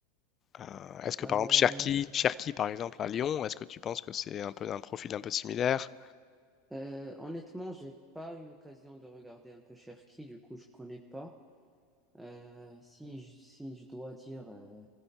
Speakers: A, on the left; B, in the centre.
A: euh, est-ce que
B: Euh,
A: par exemple Cherki, Cherki par exemple à Lyon, est-ce que tu penses que c'est un peu un profil un peu similaire?
B: Euh, honnêtement, j'ai pas eu l'occasion de regarder un peu Cherki, du coup, je connais pas. Euh, si je, si je dois dire euh,